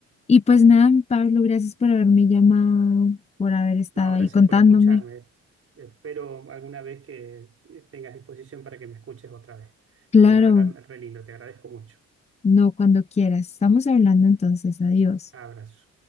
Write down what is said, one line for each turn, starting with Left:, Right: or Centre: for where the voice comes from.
Left: Y pues nada, Pablo, gracias por haberme llamado, por haber estado
Right: No, gracias
Left: ahí contándome.
Right: por escucharme. Espero alguna vez que eh, tengas disposición para que me escuches otra vez,
Left: Claro,
Right: porque la verdad es re lindo, te agradezco mucho.
Left: no, cuando quieras. Estamos hablando entonces, adiós.
Right: Abrazo.